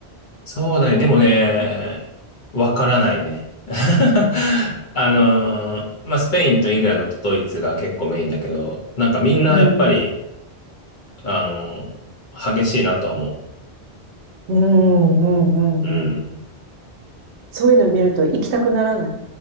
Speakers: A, on the left; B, on the right.
A: そうだね。でもね、わからないね。<laughs> あのーまあ、スペインとイングランドとドイツが結構メインだけど、なんかみんなやっぱり、
B: うん。
A: あのー激しいなとは思
B: うん、うん、
A: う。
B: うん、
A: うん。
B: うん。そういうの見ると行きたくならない。